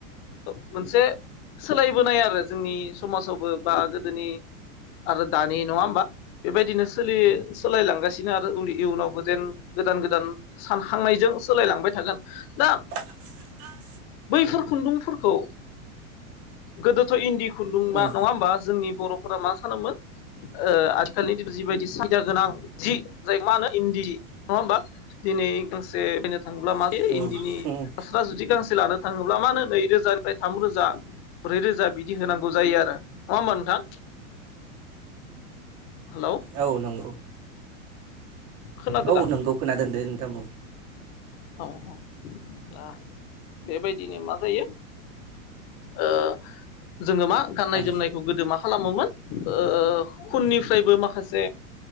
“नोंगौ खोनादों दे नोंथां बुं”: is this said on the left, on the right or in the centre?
Right